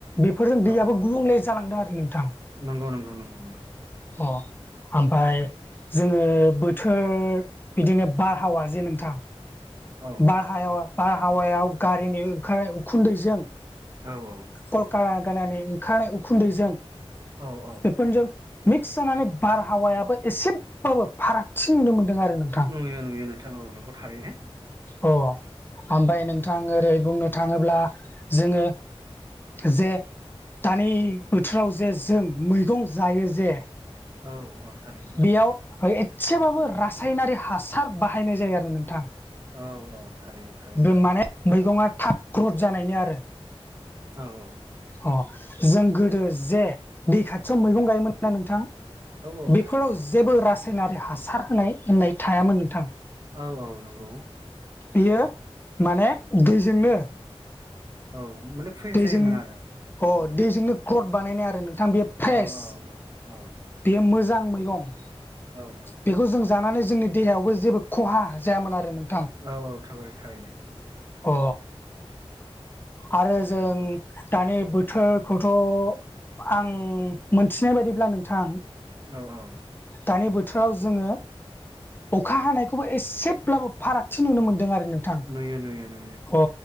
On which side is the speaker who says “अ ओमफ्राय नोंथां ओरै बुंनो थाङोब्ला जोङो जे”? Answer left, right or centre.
Left